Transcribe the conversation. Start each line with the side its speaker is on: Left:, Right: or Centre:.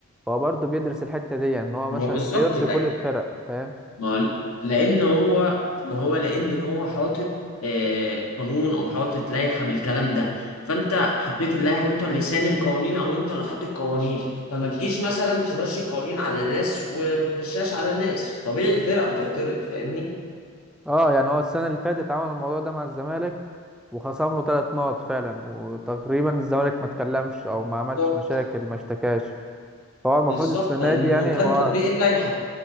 Centre: فهو برضه بيدرس الحتة دي ان هو
Left: ما
Centre: مثلا
Left: هو بالظبط
Centre: يرضي كل الفرق فاهم
Left: ما لان هو ما هو لان هو حاطط آه، قانون او حاطط لائحه بالكلام ده فانت حطيت اللائحه وانت اللي سانن قوانين او انت اللي حاطط قوانين فما تجيش مثلا تمشي قوانين على ناس وما تمشيهاش على ناس طبيعي الفرقه هتعترض فاهمني
Centre: اه يعني هو السنة اللي فاتت عمل الموضوع ده مع الزمالك وخصم له ثلاث نقط فعلا وتقريبا الزمالك ما اتكلمش او ما
Left: بالظبط
Centre: عملش مشاكل ما اشتكاش فهو المفروض
Left: بالظبط
Centre: السنة
Left: لانه
Centre: دي يعني
Left: كان
Centre: هو
Left: تطبيق اللائحه